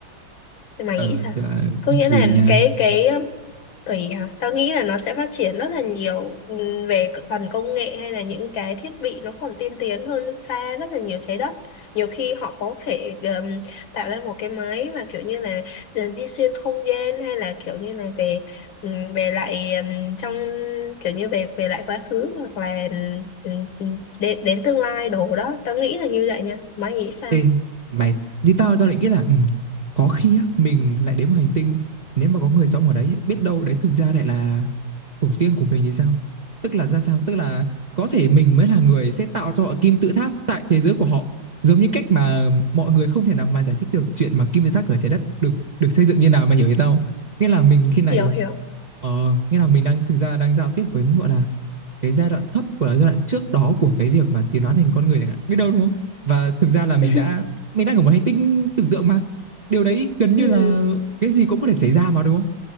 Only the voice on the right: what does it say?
ờ
thì là
cũng
tùy
nha
Ê, mày như tao tao lại nghĩ là ừ, có khi á, mình lại đến một hành tinh nếu mà có người sống ở đấy biết đâu đấy thực ra lại là tổ tiên của mình thì sao? Tức là ra sao? Tức là có thể mình mới là người sẽ tạo cho họ kim tự tháp tại thế giới của họ giống như cách mà mọi người không thể nào mà giải thích được chuyện mà kim tự tháp ở trái đất được được xây dựng như nào mày hiểu ý tao không? Nghĩa là mình khi này
Ờ, nghĩa là mình đang thực ra đang giao tiếp với gọi là cái giai đoạn thấp của là giai đoạn trước đó của cái việc mà tiến hóa thành con người chẳng hạn biết đâu đúng không và thực ra là mình
đã mình đang ở một hành tinh tưởng tượng mà điều đấy gần như
là cái gì cũng có thể xảy ra mà đúng không